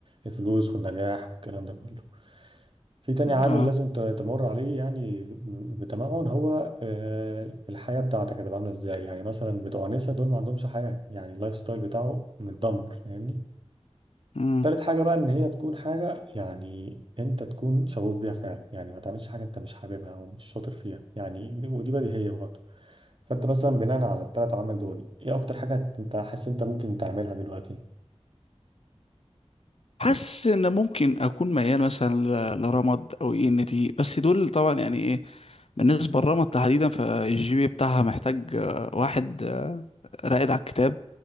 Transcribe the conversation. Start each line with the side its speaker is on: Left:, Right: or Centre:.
Right: الفلوس والنجاح والكلام ده كله في تاني عامل
Left: اه
Right: لازم ت- تمر عليه يعني بتمعن هو آه، الحياة بتاعتك هتبقى عاملة ازاي يعني مثلا بتوع نسا دول ما عندهمش حياة يعني اللايف ستايل بتاعه متدمر فاهمني
Left: مم.
Right: تالت حاجة بقى إن هي تكون حاجة يعني أنت تكون شغوف بيها فعلا يعني ما تعملش حاجة أنت مش حاببها أو مش شاطر فيها يعني ودي بديهية فانت مثلا بناء على الثلاث عوامل دول ايه اكتر حاجه انت حاسس انت ممكن تعملها دلوقتي
Left: حاسس ان ممكن اكون ميال مثلا ل- لرمض او اي ان تي بس دول طبعا يعني ايه بالنسبه لرمض تحديدا فالجي بي إيه بتاعها محتاج آه، واحد آه، راقد على الكتاب